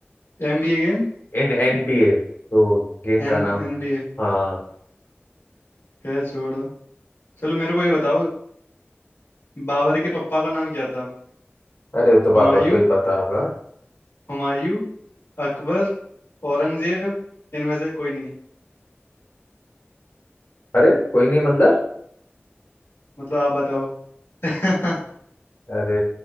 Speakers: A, on the left; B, on the left.
A: NBA game
B: इन एनबीए तो गेम का
A: एन
B: नाम
A: एनबीए
B: हाँ
A: है छोड़ो चलो मेरे को ये बताओ बाबर के पप्पा का नाम क्या था
B: अरे वो तो
A: हुमायूं
B: बाबर को ही पता होगा
A: हुमायूं अकबर औरंगजेब इनमें से कोई नहीं
B: अरे कोई नहीं मतलब
A: मतलब आप बताओ <laughs>
B: अरे